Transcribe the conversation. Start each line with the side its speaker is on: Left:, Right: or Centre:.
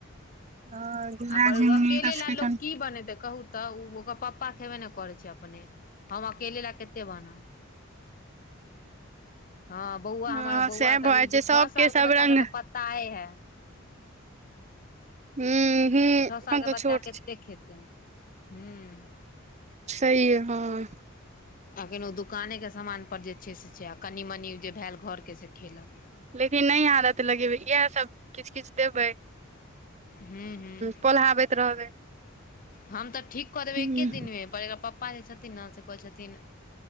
Right: ह घेरा
Left: आ परु
Right: झिंगुनी
Left: अकेले
Right: कसकैठन
Left: लय लोक की बनेतै कहू? तऽ उ-ओ ओकर पप्पा खेब्बे ने करै छै अपने हम अकेले लय कत्ते बनाउ। हँ बौआ हमर
Right: हँ
Left: बौआ
Right: सएह
Left: तऽभी
Right: भऽ जाइ छै सबके
Left: छओ साल
Right: सब
Left: के बच्चाे
Right: रंग
Left: के त पत्- ताये है।
Right: हूं हूं एखन
Left: छओ साल के
Right: तऽ
Left: बच्चा
Right: छोट
Left: कत्ते
Right: छै
Left: खेतै? हूं-
Right: सहीए, हँ-
Left: अखन ओ दुकानेके समानपर जे छै से छै आ कनि मनि जे भैल घरके से खेलक।
Right: लेकिन नय आदत लगेबै, इहैऽसब किछ किछ देबै।
Left: हूं -हुं-
Right: पोल्हाबैत रहबै
Left: हम तऽ ठीक क देबै
Right: हूं
Left: एक्के दिनमे। पर एकर पप्पा जे छथिन ने से कहै छथिन